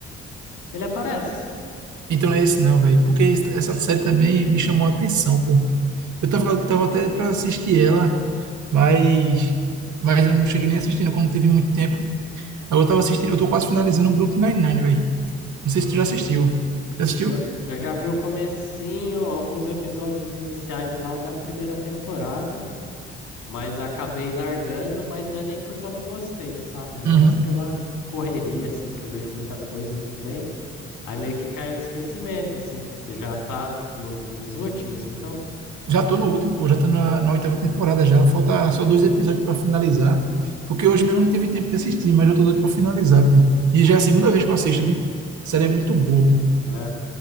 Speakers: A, on the left (about 70°); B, on the right (about 70°).
A: Ele aparece.
B: Então não é esse não, velho. Porque es- essa série também me chamou a atenção, pô. Eu tava, tava até pra assistir ela, mas, mas eu não cheguei nem assistindo, como teve muito tempo. Aí Eu tava assistindo, eu tô quase finalizando o Brooklyn Nine-Nine, velho. Não
A: Hum,
B: sei se tu já assistiu. Já assistiu?
A: eu, eu já vi o comecinho, alguns episódios iniciais lá da primeira temporada. Mas acabei largando, mas não é nem porque eu não gostei, sabe? É mais
B: Uhum.
A: pela correria, assim, que eu vejo muita coisa também. Aí meio que cai em esquecimento, assim. Você já tá no- nos últimos, então?
B: Já tô no último, pô. Já tô na, na oitava temporada já. Falta só dois episódios pra finalizar. Porque hoje mesmo eu não tive tempo de assistir, mas eu tô doido pra finalizar, pô. E já é a segunda vez que eu assisto, viu? A série é muito boa, pô.
A: É.